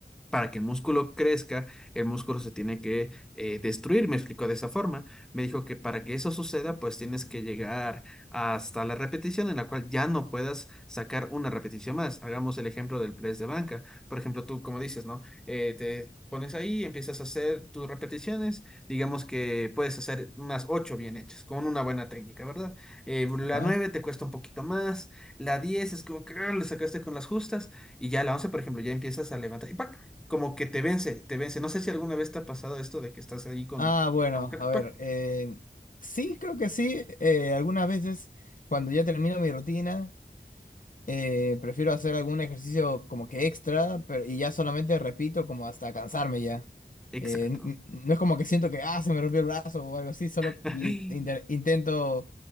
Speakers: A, in the centre; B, on the left.
A: Para que el músculo crezca, el músculo se tiene que eh, destruir, me explicó de esa forma. Me dijo que para que eso suceda, pues tienes que llegar hasta la repetición en la cual ya no puedas sacar una repetición más. Hagamos el ejemplo del press de banca. Por ejemplo, tú, como dices, ¿no? Eh, te pones ahí, empiezas a hacer tus repeticiones. Digamos que puedes hacer unas ocho bien hechas, con una buena técnica, ¿verdad? Eh, la
B: Ajá.
A: nueve te cuesta un poquito más. La diez es como que ah, le sacaste con las justas. Y ya la 11 por ejemplo, ya empiezas a levantar. y ¡pac! como que te vence, te vence. No sé si alguna vez te ha pasado esto de que estás ahí con...
B: Ah, bueno,
A: como que te-
B: a
A: ¡pac!
B: ver, eh, sí, creo que sí. eh, algunas veces cuando ya termino mi rutina Eh, prefiero hacer algún ejercicio como que extra, pero y ya solamente repito como hasta cansarme ya.
A: Exacto.
B: Eh, n- n- no es como que siento que ah, se me rompió el brazo o algo así, solo
A: <laughs>
B: li- inter- intento